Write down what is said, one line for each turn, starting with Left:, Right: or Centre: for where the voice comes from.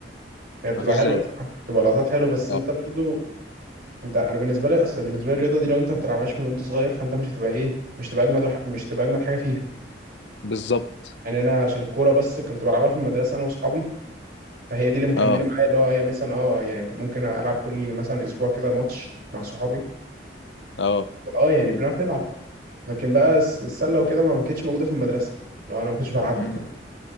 Right: هي بتبقى
Left: مفيش
Right: حلوه
Left: زيك
Right: بصراحه بتبقى لقطات حلوه بس
Left: اه
Right: انت برضو انت انا بالنسبه لي اصل بالنسبه لي الرياضه دي لو انت ما بتلعبهاش من وانت صغير فانت مش هتبقى ايه مش تبقى اجمد وح... مش تبقى اجمد حاجه فيها
Left: بالظبط
Right: يعني انا عشان الكوره بس كنت بلعبها في المدرسه انا واصحابي فهي دي اللي مكمله
Left: اه
Right: معايا اللي هو هي مثلا اه يعني ممكن العب كل مثلا اسبوع كده ماتش مع صحابي
Left: اه
Right: اه يعني بنعرف نلعب لكن بقى الس- السله وكده ما ما كانتش موجوده في المدرسه لو انا ما كنتش بلعبها
Left: مم.